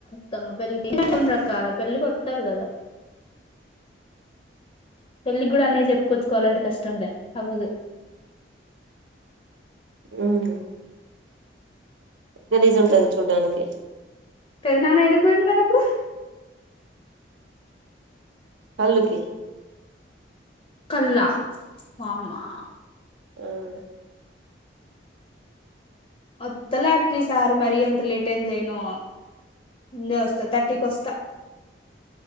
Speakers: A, on the left; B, on the right.
A: తంగ <unintelligible> కావ్య పెళ్ళికి వత్తారు కదా పెళ్ళి కూడా అనే చెప్పుకొచ్చుకోవాలంటే కష్టం లే అవ్వదు
B: ఉమ్ గలిజ్ ఉంటది చూడ్డానికి
A: పెద నాన్న ఎడకిపోయిండు మరి అప్పుడు
B: కల్లుకి
A: కల్లా వామ్మా
B: ఆమ్
A: వత్తలే అక్క ఈ సారి మరీ ఎంత లేట్ ఏం చేయను ముందే వస్తా థర్టీకి వస్తా